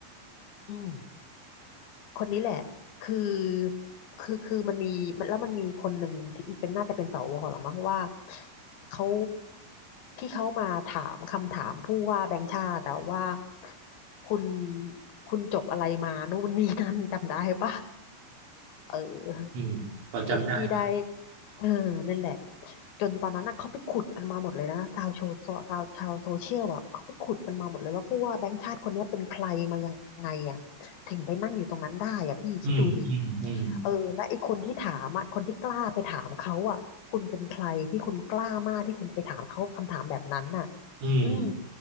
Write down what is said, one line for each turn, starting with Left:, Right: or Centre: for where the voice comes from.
Left: อืมคนนี้แหละคือคือคือมันมีมันแล้วมันมีคนหนึ่งที่เป็นน่าจะเป็นสวหรือมั้งว่าเขาที่เขามาถามคำถามผู้ว่าแบงค์ชาติอะว่าคุณคุณจบอะไรมานู่นนี่นั่นจำได้ปะเออ
Right: อืมพอจำได้ปะ
Left: พี่พี่ได้เออนั่นแหละจนตอนนั้นน่ะเขาไปขุดกันมาหมดเลยนะชาวโซชาวชาวโซเชียลแบบเขาไปขุดกันมาหมดเลยว่าผู้ว่าแบงค์ชาติคนเนี้ยเป็นใครมายังไงอ่ะถึงไปนั่งอยู่ตรงนั้นได้อ่ะพี่คิดดูดิ
Right: อืมอืมอืม
Left: เออและไอ้คนที่ถามอ่ะคนที่กล้าไปถามเขาอ่ะคุณเป็นใครที่คุณกล้ามากที่คุณจะไปถามเขาคำถามแบบนั้นน่ะ
Right: อืม
Left: อืม